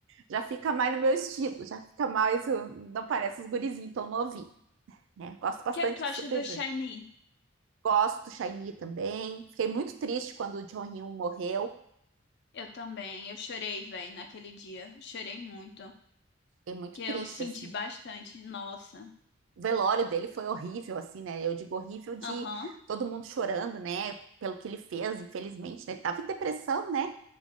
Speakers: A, on the right; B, on the left.
A: já fica mais no meu estilo, já fica mais, não parece os gurizinhos tão novinhos, né? Gosto
B: O
A: bastante
B: que é que tu acha
A: do Super
B: do
A: Junior.
B: Shiny?
A: Gosto do Shiny também. Fiquei muito triste quando o John Hyun morreu.
B: Eu também, eu chorei, velho, naquele dia, chorei muito.
A: Fiquei muito
B: que
A: triste,
B: eu senti
A: assim.
B: bastante. Nossa.
A: O velório dele foi horrível, assim, né? Eu digo horrível de
B: Aham.
A: todo mundo chorando, né? Pelo que ele fez, infelizmente, né? Ele tava em depressão, né?